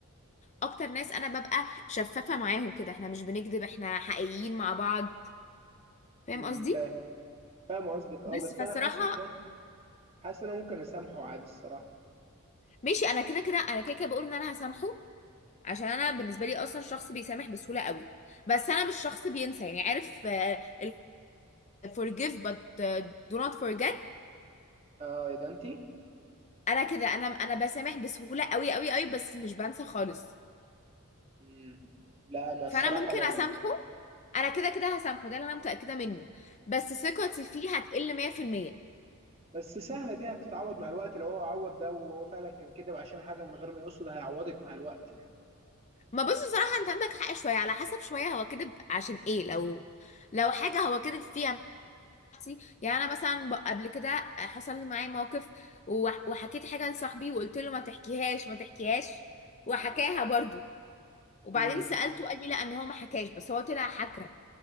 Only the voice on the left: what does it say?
اكتر ناس انا ببقى شفافة معاهم كده احنا مش بنكذب احنا حقيقيين مع بعض فاهم
قصدي
بس
فالصراحة
ماشي انا كده كده انا كده كده بقول ان انا هسامحه عشان انا بالنسبة لي اصلا شخص بيسامح بسهولة قوي بس انا مش شخص بينسى يعني عارف آه، ال forgive but آه، do not forget
انا كده انا انا بسامح بسهولة قوي قوي قوي بس مش بنسى خالص
فانا ممكن
اسامحه انا كده كده هسامحه ده اللي انا متأكدة منه بس ثقتي فيه هتقل 100%
ما بص بصراحة انت عندك حق شوية على حسب شوية هو كذب عشان ايه لو لو حاجة هو كذب فيها نفسي يعني انا مثلا ب- قبل كده حصل لي معايا موقف وح- وحكيت حاجة لصاحبي وقلت له ما تحكيهاش ما تحكيهاش وحكاها برضو وبعدين
سألته قال لي لا ان هو ما حكاش بس هو طلع حكى